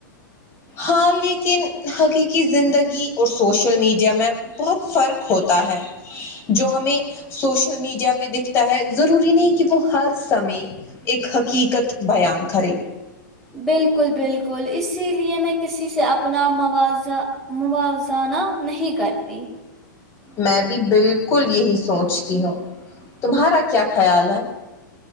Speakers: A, on the left; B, in the centre.
A: ہاں لیکن حقیقی زندگی اور سوشل میڈیا میں بہت فرق ہوتا ہے جو ہمیں سوشل میڈیا پہ دکھتا ہے ضروری نہیں کہ وہ ہر سمے ایک حقیقت بیان کرے
B: بالکل بالکل اسی لیے میں کسی سے اپنا مواضع مواوزانہ نہیں کرتی
A: میں بھی بالکل یہی سوچتی ہوں تمہارا کیا خیال ہے